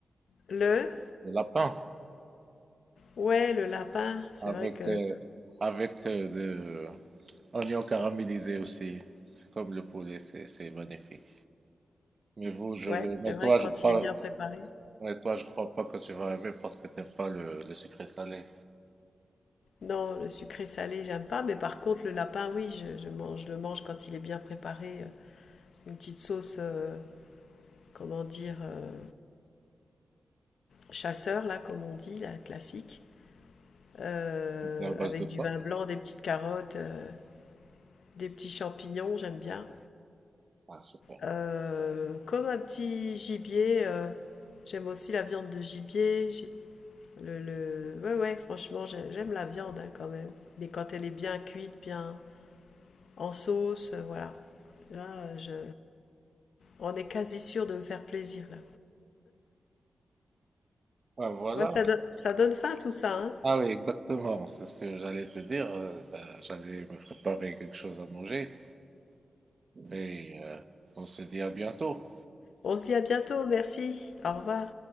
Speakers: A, on the left; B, on the right.
A: Le,
B: Le lapin
A: ouais, le lapin. C'est
B: avec
A: vrai que,
B: euh, avec euh, de oignons caramélisés aussi. C'est comme le poulet, c'est c'est magnifique. Mais vous, je,
A: ouais,
B: mais
A: c'est vrai
B: toi,
A: que quand
B: je crois,
A: il est bien préparé.
B: mais toi, je crois pas que tu vas aimer parce que t'aimes pas le, le sucré salé.
A: Non, le sucré salé, j'aime pas. Mais par contre, le lapin, oui, je, je mange, je le mange quand il est bien préparé. euh, Une petite sauce, euh, comment dire, euh, chasseur, là, comme on dit, la classique. euh,
B: C'est à base
A: avec
B: de quoi?
A: du vin blanc, des petites carottes, euh, des petits champignons, j'aime bien.
B: Ah, super.
A: Euh, comme un petit gibier, euh, j'aime aussi la viande de gibier. j'ai- Le, le... Ouais, ouais, franchement, j'ai- j'aime la viande hein, quand même. Mais quand elle est bien cuite, bien en sauce, euh, voilà. Là, euh, je... on est quasi sûr de me faire plaisir, là.
B: Ah, voilà.
A: Ouais, ça, do- ça donne faim tout ça, hein.
B: Ah oui, exactement. C'est ce que j'allais te dire. Euh, bah, j'allais me préparer quelque chose à manger et euh, on se dit à bientôt.
A: On se dit à bientôt, merci. Au revoir.